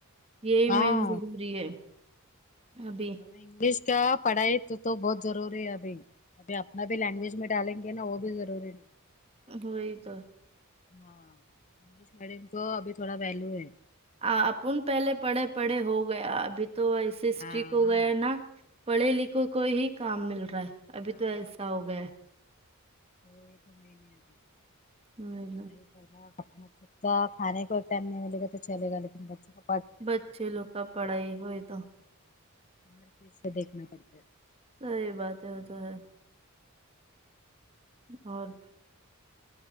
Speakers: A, on the right (about 25°); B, on the left (about 35°).
A: یہی
B: ہاں
A: مین ضروری ہے ابھی
B: انگلش کا پڑھائی تو بہت ضروری ہے ابھی ابھی اپنا بھی لینگویج میں ڈالیں گے نا وہ بھی ضروری
A: وہی تو
B: ہاں انگلش میڈیم کو ابھی تھوڑا ویلو ہے
A: آ اپن پہلے پڑھے پڑھے ہو گیا ابھی تو ایسے اسٹیک
B: ہاں
A: ہو گیا ہے نا پڑھے لکھے کو ہی کام مل رہا ہے ابھی
B: ہاں
A: تو ایسا ہو گیا ہے
B: وہ ایک دو مہینے آبھی
A: ھمم
B: پہ اپنا کتا کھانے کوئی ٹائم نہیں ملے گا تو چلے گا لیکن بچے کا
A: بچے لوگ کا پڑھائی ہوئے تو
B: ہر چیز سے دیکھنا پڑتا ہے
A: صحیح بات ہے وہ تو ہے اور